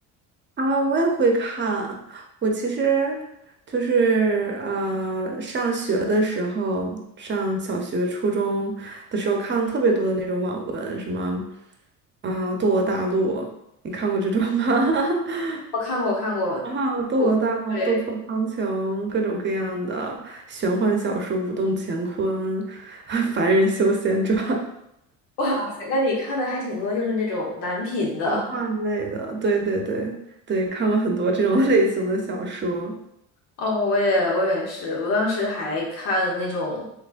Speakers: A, on the right (about 30°); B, on the left (about 85°).
A: 啊，我也会看。我其实就是呃，上学的时候，上小学、初中的时候看了特别多的那种网文，什么，啊，呃《斗罗大陆》，你看过这种吗？<laughs>
B: 我看过，看过。
A: 啊，《斗罗大陆》《斗破苍穹》，
B: 不，对，
A: 各种各样的玄幻小说，《武动乾坤》<laughs>《凡人修仙传》，
B: <laughs> 哇塞，那你看的还挺多，就是那种男频的。
A: 玄幻类的，对对对对，看过很多这种 <laughs> 类型的小说。
B: 哦，我也我也是，我当时还看了那种，